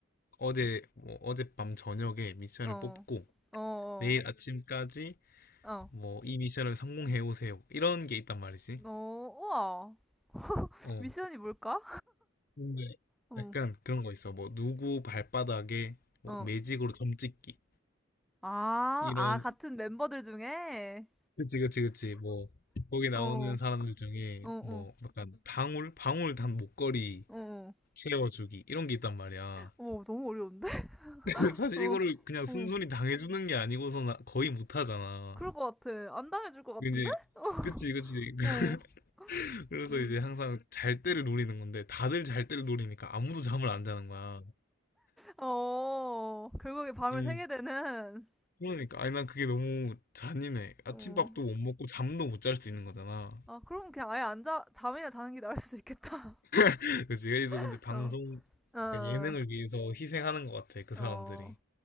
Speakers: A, on the left; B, in the centre.
A: 어제 뭐 어젯밤 저녁에 미션을
B: 어,
A: 뽑고
B: 어, 어,
A: 내일 아침까지
B: 어,
A: 뭐 이 미션을 성공해 오세요. 이런 게 있단 말이지.
B: 어, 우와.
A: 어.
B: 미션이 뭘까?
A: 근데
B: 어,
A: 약간 그런 거 있어. 뭐 누구 발바닥에 뭐
B: 어.
A: 매직으로 점 찍기.
B: 아,
A: 이런
B: 아, 같은 멤버들 중에?
A: 그치 그치 그치 뭐 거기 나오는
B: 어, 어,
A: 사람들 중에
B: 어,
A: 뭐 약간 방울 방울 단 목걸이
B: 어, 어.
A: 채워주기 이런 게 있단 말이야.
B: 어, 너무 어려운데? <laughs>
A: <laughs> 사실
B: 어,
A: 이거를 그냥
B: 어.
A: 순순히 당해주는 게 아니고서는 거의 못하잖아.
B: 그럴 것 같아. 안 당해줄 것 같은데?
A: 이제
B: 어,
A: 그치 그치
B: 어,
A: <laughs> 그래서
B: 음.
A: 이제 항상 잘 때를 노리는 건데 다들 잘 때를 노리니까 아무도 잠을 안 자는 거야.
B: 어, 결국에 밤을
A: 음,
B: 새게 되는,
A: 그러니까 아니 난 그게 너무 잔인해. 아침밥도
B: 어.
A: 못 먹고 잠도 못 잘 수 있는 거잖아.
B: 아, 그럼 그냥 아예 안 자, 잠이나 자는 게 나을 수도 있겠다.
A: <laughs> 그치 그래서
B: <laughs>
A: 근데 방송
B: 어, 어,
A: 그러니까 예능을 위해서 희생하는 것 같아 그
B: 어.
A: 사람들이.